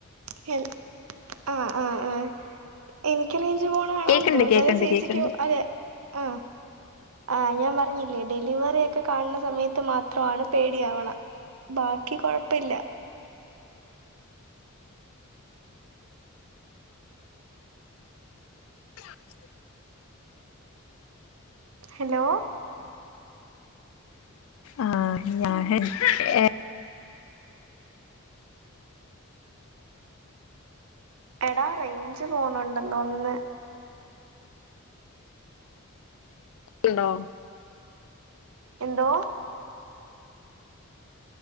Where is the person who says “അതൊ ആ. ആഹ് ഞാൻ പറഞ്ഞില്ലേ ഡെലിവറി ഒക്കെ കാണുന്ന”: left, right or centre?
Right